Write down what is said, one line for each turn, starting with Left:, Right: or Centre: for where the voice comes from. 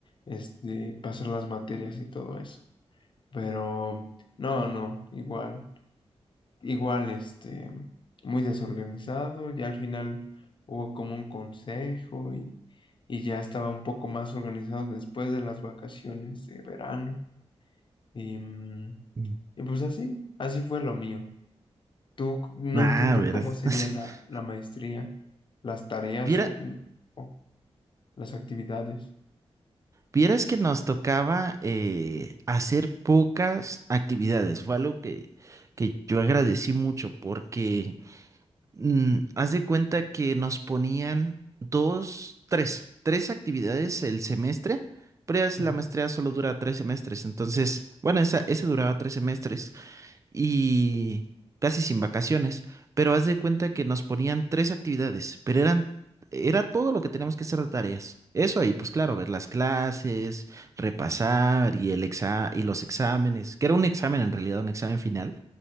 Left: este, pasar las materias y todo eso. Pero no, no, igual, igual, este, muy desorganizado, ya al final hubo como un consejo y, y ya estaba un poco más organizado después de las vacaciones de verano. Y, mm,
Right: Mm.
Left: y pues así, así fue lo mío. Tú c- no
Right: Ah,
Left: entiendo
Right: verás.
Left: cómo sería
Right: <laughs>
Left: la, la maestría, las tareas
Right: Viera-
Left: o, mm, o las actividades.
Right: vieras que nos tocaba eh, hacer pocas actividades. Fue algo que, que yo agradecí mucho porque Mm, haz de cuenta que nos ponían dos, tres, tres actividades el semestre, pero ya es
Left: Ah,
Right: la maestría solo dura tres semestres, entonces, bueno, esa, ese duraba tres semestres y casi sin vacaciones, pero haz de cuenta que nos ponían tres actividades, pero eran, era todo lo que teníamos que hacer de tareas. Eso ahí, pues claro, ver las clases, repasar y el exa y los exámenes, que era un examen en realidad, un examen final